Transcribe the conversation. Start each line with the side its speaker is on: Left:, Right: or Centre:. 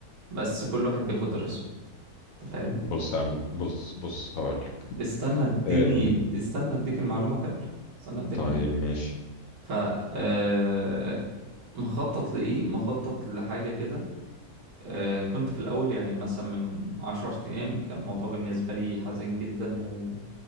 Right: بس كل واحد بياخد رزقه أنت فاهم
Left: بص يا عم بص بص هقول
Right: استنى اديني
Left: آه
Right: استنى اديك المعلومة كاملة استنى اديك
Left: طيب ماشي
Right: ف آه، مخطط لإيه مخطط لحاجة كده آه، كنت في الأول يعني مثلا من عشر أيام كان الموضوع بالنسبة لي حزين جدا و...